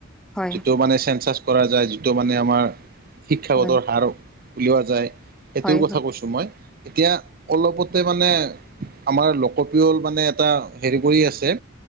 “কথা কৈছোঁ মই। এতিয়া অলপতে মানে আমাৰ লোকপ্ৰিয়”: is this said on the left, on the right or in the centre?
Right